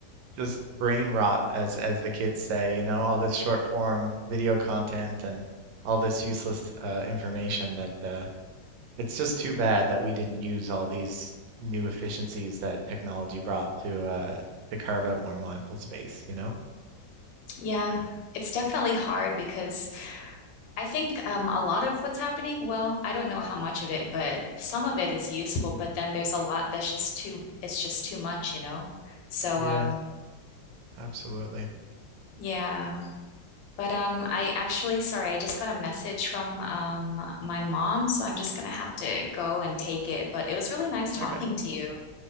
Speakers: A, on the right; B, on the left.
A: just brain rot, as as the kids say, you know, all this short form video content and all this useless uh, information that uh, it's just too bad that we didn't use all these new efficiencies that technology brought to uh, to carve out more mindful space, you know?
B: Yeah, it's definitely hard because I think um, a lot of what's happening, well, I don't know how much of it, but some of it is useful, but then there's a lot that's just too, it's just too much, you know? So,
A: Yeah,
B: um,
A: absolutely.
B: yeah. But um, I actually, sorry, I just got a message from um, my mom, so I'm just gonna have to go and take it. But it was really nice talking
A: Okay.
B: to you.